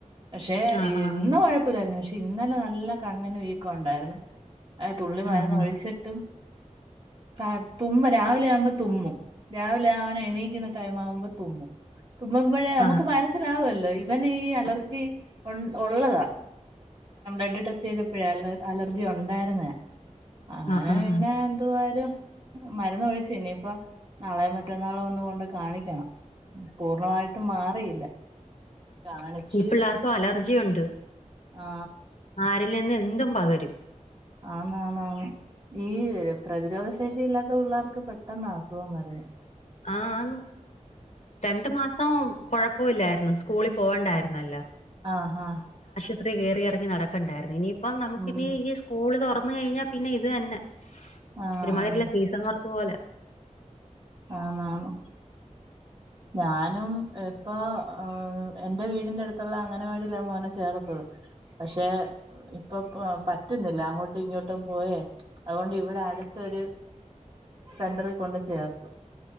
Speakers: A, on the right; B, on the left.
A: പക്ഷെ
B: ആഹ്
A: ഇന്ന്
B: ആഹ്
A: കൊഴപ്പില്ലായിരുന്നു പക്ഷെ ഇന്നലെ നല്ല കണ്ണിന് വീക്കം ഉണ്ടായിരുന്നു ആ തുള്ളി മരുന്ന്
B: ആഹ്
A: ഒഴിച്ചിട്ടും കാ തുമ്മല് രാവിലെ ആവുമ്പോ തുമ്മും രാവിലെ അവനെ നെണീക്കുന്ന ടൈമ് ആവുമ്പഴേ തുമ്മും തുമ്മുമ്പഴേ നമുക്ക്
B: ആഹ്
A: മനസിലാവല്ലോ ഇവന് ഈ അലർജി ഉണ്ട ഉള്ളതാ ബ്ലഡ് ടെസ്റ്റ് ചെയ്തപ്പോഴാ അലർജി ഉണ്ടായിരുന്നേ അങ്ങനെ
B: ആഹ് ആഹ്
A: പിന്നെ
B: ആഹ്
A: എന്തുവായാലും മരുന്ന് ഒഴിച്ചു ഇനിപ്പോ നാളെ മറ്റന്നാളോ ഒ ന്ന് കൊണ്ട് കാണിക്കണം പൂർണ്ണമായിട്ടും മാറിയില്ല കാണിച്ച്
B: ഈ പിള്ളേർക്കും അലർജി ഉണ്ട്
A: ആ
B: ആരിൽ നിന്ന് എന്തും പകരും
A: ആന്ന് ആന്ന് ആന്ന് ഈ പ്രതിരോധ ശേഷി ഇല്ലാത്ത പിള്ളേർക്ക് പെട്ടെന്നാ അസുഖം വരു
B: ആഹ് ആന്ന് രണ്ടു മാസം കൊഴ പ്പുല്ലായിരുന്നു സ്കൂളിൽ പോവണ്ടായിരുന്നല്ലോ
A: ആഹ് ആഹ്
B: ഒത്തിരി കയറി ഇറങ്ങി നടക്കണ്ടായിരുന്നു ഇനിയിപ്പം നമുക്ക്
A: ഉം
B: ഇനി ഈ സ്കൂളിൽ തുറന്ന കഴിഞ്ഞാൽ പിന്നെ ഇത് തന്നെ.
A: ആ
B: ഒരുമാതിരിയുള്ള
A: ആ
B: സീസൺ വർക്ക് പോലെ
A: ആന്ന് ആന്ന് ഞാനും ഇപ്പ ഏ എന്റെ വീടിൻ്റെ അടുത്തുള്ള അംഗനവാടിലാ മോനെ ചേർത്തത്. പക്ഷെ ഇപ്പൊ പറ്റുന്നില്ല അങ്ങോട്ടും ഇങ്ങോട്ടും പോയേ അതുകൊണ്ട് ഇവിടെ അടുത്തൊരു സെന്ററിൽ കൊണ്ട് ചേർത്തു.